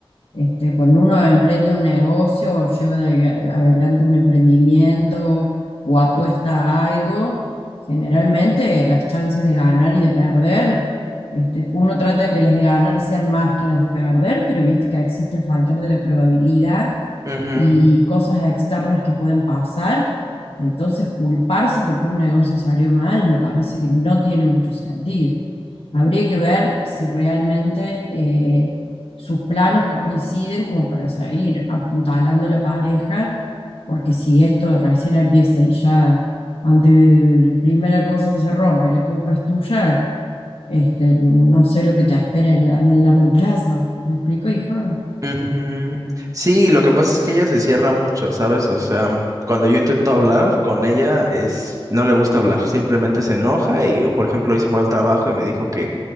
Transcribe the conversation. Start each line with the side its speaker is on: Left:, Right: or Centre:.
Left: Este, cuando uno emprende un negocio o lleva de- adelante un emprendimiento o apuesta a algo, Generalmente las chances de ganar y de perder, este, uno trata de que las de ganar sean más que las de perder, pero viste que existe el factor de la probabilidad
Right: ujú,
Left: y cosas externas que pueden pasar. Entonces, culparse porque un negocio salió mal me parece que no tiene mucho sentido. Habría que ver si realmente eh, sus planes coinciden como para seguir apuntalando a la pareja, porque si esto recién empieza y ya ante la primera cosa que se rompe, la culpa es tuya, este, no sé lo que te espera en, en el largo plazo. ¿Me explico, hijo?
Right: ujú. Sí, lo que pasa es que ella se cierra mucho, ¿sabes? O sea, cuando yo intento hablar con ella, es, no le gusta hablar, simplemente se enoja y, o, por ejemplo, hoy se fue al trabajo y me dijo que